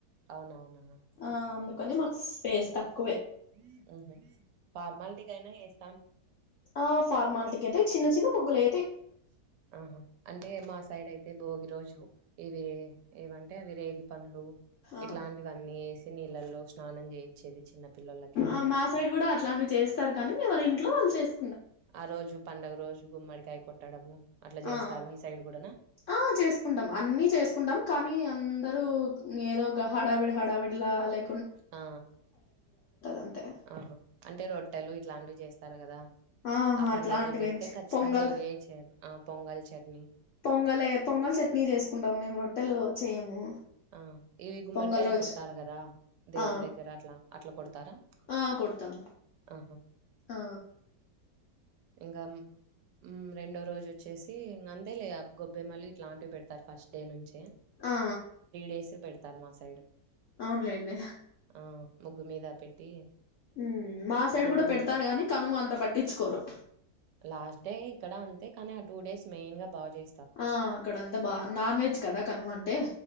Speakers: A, on the right; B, on the left.
A: అవునవునా
B: ఆ అందు కానీ మాకు స్పేస్ తక్
A: మ్ ఫార్మాలటీకైనా ఏస్
B: ఆ ఫార్మాలల్టికైతే చిన్న చిన్న మగ్గులే
A: ఆహా అంటే మా సైడైతే భోగి రోజు ఏవి ఏవ <unintelligible> పన్లు
B: ఆ
A: ఇట్లాంటివన్నీ ఏస్ నీళ్ళల్లో స్నానం చేయిచ్చేది చిన్న పిల్లలకి
B: ఆ మా సైడ్ గూడా అట్లాంటివి చేస్తారు కానీ ఎవరిం ట్లా వాళ్ళు చేేస్
A: ఆరోజు పండుగ రోజు గుమ్మడికాయ కొట్టడము అట్లా చేస్తారు
B: ఆ
A: మీ సైడ్ కూడానా
B: ఆ చేసుకుంటాం అన్నీ చేసుకుంటాం కానీ అందరూ ఏదోగా హడాడవి హడావిడలా లే
A: ఆ
B: అంతే
A: ఆహా అంటే రొట్టెలు ఇట్లాంటివి చేస్ తారు కదా
B: ఆహా
A: ఆ పండగలకి
B: అట్లాంటివేమ్
A: అయితే
B: చె
A: ఖచ్చితంగా
B: పొంగల్
A: ఇవే చేయాలి ఆ పొంగల్ చట్నీ
B: పొంగలే పొంగల్ చట్నీ చేసుకుంటాం మేము రొట్టెలు చేయము
A: ఆ ఇవి గుమ్మడికాయలు
B: పొంగల్ రోజు
A: కొడతారు కదా దేవుడి
B: ఆ
A: దగ్గరట్లా అట్లా కొడతారా
B: ఆ కొడతాం
A: ఆహా
B: ఆ
A: ఇంకా మ్ రెండో రోజొచ్చేసి ఇంకంతేలే గొ మళ్ళీ ఇట్లాంటివి పెడ్తారు ఫస్ట్ డే నుంచే
B: ఆ
A: బేస్ పెడతారు మా సైడ్
B: అవున్లెండి
A: ఆ ముగ్గు మీదా పెట్టి
B: మ్ మా సైడ్
A: గొబ్బెమ్మలు
B: కూడా పెడతారు గాని కనుమ అంత పట్టించుకోరు
A: లాస్ట్ డే ఇక్కడా అంతే కానీ ఆ టూ డేస్ మెయిన్ గా బావుచే
B: ఆ అక్కడంతా బా నాన్వెజ్ కదా కనుమంటే